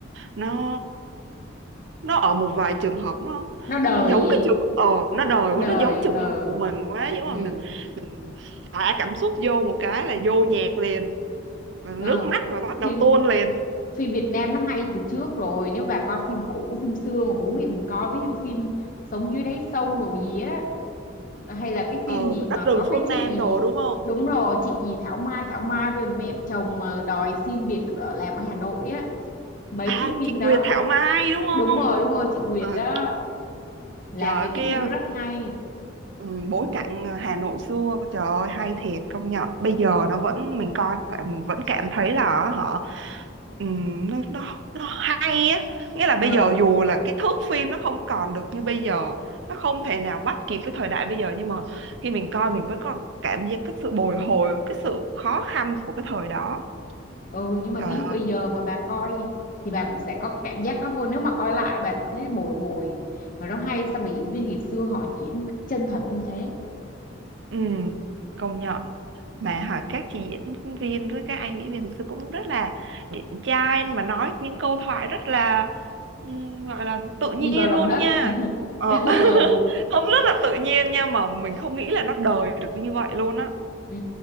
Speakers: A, on the right; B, on the left.
A: nó nó ở một vài trường hợp nó
B: nó đời
A: nó giống
B: gì
A: cái trường ờ nó đòi quá
B: đời
A: nó giống trường
B: ờ
A: hợp của mình quá giống
B: ừ.
A: mà mình mình thả cảm xúc vô một cái là vô nhạc liền Và nước
B: Ờ,
A: mắt là bắt đầu
B: phim
A: tuôn liền
B: phim Việt Nam nó hay từ trước rồi nếu bà coi phim cũ phim xưa mà bố mẹ mình coi ví dụ phim Sống dưới đáy sông đồ gì á hay là cái
A: ờ
B: phim gì
A: đất
B: mà
A: rừng
B: có
A: phương
B: cái chị
A: Nam
B: gì
A: đồ đúng không
B: đúng rồi chị gì Thảo Mai Thảo Mai về mẹ chồng mà đòi xin việc ở, làm ở Hà Nội á mấy
A: à
B: cái phim
A: chị Nguyệt
B: đó
A: Thảo Mai đúng
B: đúng
A: không
B: rồi đúng rồi chị Nguyệt
A: Ờ,
B: đó là
A: trời
B: mấy cái
A: cái
B: phim đó rất hay
A: Ừ, bối cảnh ờ, Hà Nội xưa trời ơi hay thiệt công nhận bây giờ nó vẫn mình coi lại mình vẫn cảm thấy là họ ừm, nó nó nó hay á nghĩa là bây
B: ờ
A: giờ dù là cái thước phim nó không còn được như bây giờ nó không thể nào bắt kịp với thời đại bây giờ nhưng mà khi mình coi mình vẫn có cảm giác cái sự bồi hồi cái sự khó khăn của cái thời đó
B: ừ nhưng mà
A: trời
B: ví dụ bây giờ mà bà coi thì bà cũng sẽ có cảm giác đó thôi nếu mà coi lại bà sẽ thấy bồi hồi mà nó hay sao mà diễn viên ngày xưa họ diễn một cách chân thật như thế
A: Ừ, công nhận mà
B: ừ.
A: hỏi các chị diễn viên với các anh diễn viên thực sự cũng rất là điển trai mà nói những câu thoại rất là ừm, gọi là tự nhiên
B: đi vào lòng
A: luôn
B: đất
A: nha ờ,
B: <laughs> ừ.
A: <laughs> không rất là tự nhiên nha mà mình không nghĩ là nó đời được như vậy luôn á
B: ừ